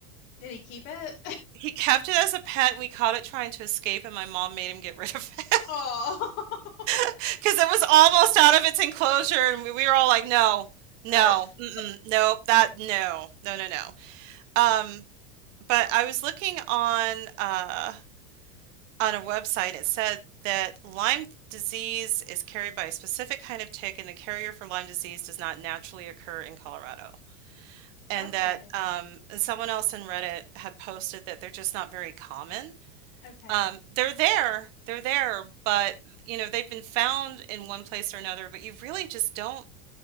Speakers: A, on the left; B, on the right.
A: Did he keep it?
B: He kept it as a pet, and we caught it trying to escape, and my mom made him get rid of it
A: <laughs> Oh.
B: <laughs> because it was almost out of its enclosure, and we, we were all like, no, no,
A: <laughs>
B: mm-mm, nope, that, no, no, no, no. Um, but I was looking on, uh, on a website, it said that Lyme disease is carried by a specific kind of tick, and the carrier for Lyme disease does not naturally occur in Colorado. And
A: Okay.
B: that um, and someone else in Reddit had posted that they're just not very common.
A: Okay.
B: Um, they're there, they're there, but you know they've been found in one place or another. But you really just don't.